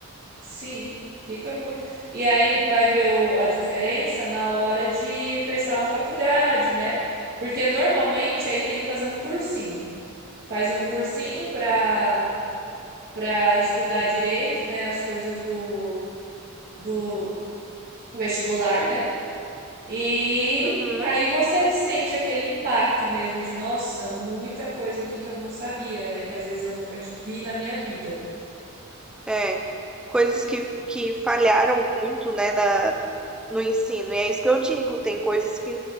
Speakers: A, on the right; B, in the centre.
A: Sim, fica muito. E aí vai ver o- a diferença na hora de prestar uma faculdade, né? Porque normalmente aí tem que fazer um cursinho. Faz um cursinho para para estudar direito, né? As coisas do, do vestibular, né? E
B: Uhum.
A: aí você sente aquele impacto mesmo de, nossa, muita coisa aqui que eu não sabia, né? Que às vezes eu nunca t- vi na minha vida.
B: É. Coisas que, que falharam muito, né, na, no ensino. E é isso que eu digo, tem coisas que